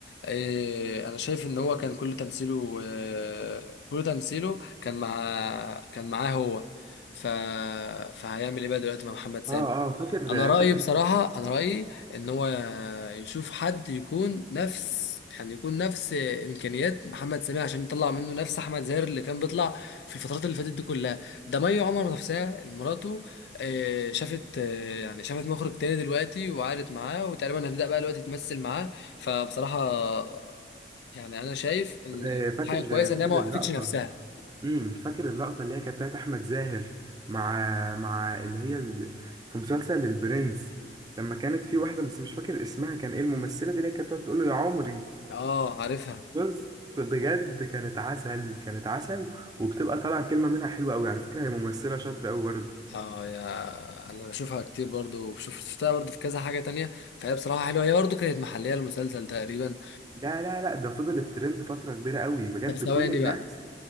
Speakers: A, on the left; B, on the right.
A: إيه أنا شايف إن هو كان كل تمثيله آه، كل تمثيله كان مع كان معاه هو ف... فهيعمل إيه بقى دلوقتي مع محمد سامي
B: اه اه فاكر
A: انا رايي
B: فاكر
A: بصراحه انا رايي ان هو يشوف حد يكون نفس يعني يكون نفس امكانيات محمد سامي عشان يطلع منه نفس احمد زاهر اللي كان بيطلع في الفترات اللي فاتت دي كلها ده مي عمر نفسها مراته آه، شافت آه، يعني شافت مخرج تاني دلوقتي وقعدت معاه وتقريبا هتبدا بقى دلوقتي تمثل معاه فبصراحه يعني انا شايف ان
B: آه، فاكر
A: حاجه كويسه ان
B: فاكر
A: هي ما وقفتش
B: اللقطة
A: نفسها
B: امم فاكر اللقطة اللي هي كانت بتاعت أحمد زاهر مع مع اللي هي ال... في مسلسل البرنس لما كانت في واحدة بس مش فاكر اسمها كان ايه الممثلة دي اللي هي كانت بتقعد تقول له يا عمري
A: اه عارفها
B: بس بجد كانت عسل كانت عسل وبتبقى طالعة كلمة منها حلوة قوي على فكرة هي ممثلة شاطرة قوي برضه
A: اه يا انا بشوفها كتير برضو بشوف شفتها برضو في كذا حاجة تانية فهي بصراحة حلوة هي برضو كانت محلية المسلسل تقريبا
B: لا لا لا ده فضل الترند فترة كبيرة قوي بجد
A: طب ثواني
B: كل الناس
A: بقى